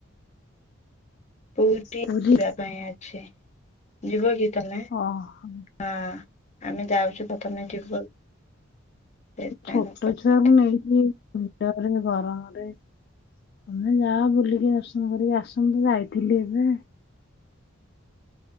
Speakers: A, on the left (about 35°); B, on the left (about 50°).
A: <unintelligible> ଯିବା
B: ପୁରୀ?
A: ପାଇଁ ଅଛି ଯିବ କି ତମେ?
B: ଓହୋ
A: ହଁ ଆମେ ଯାଉଛୁ ତ <unintelligible> ସେଥିପାଇଁ
B: ଛୋଟ
A: ତ ପଚାରୁଥିଲି।
B: ଛୁଆ କୁ ନେଇକି ଭିଡ ରେ ଗରମ ରେ ତମେ ଯା ବୁଲିକି ଦର୍ଶନ କରିକି ଆସନ୍ତୁ ଯାଇଥିଲି ଏବେ।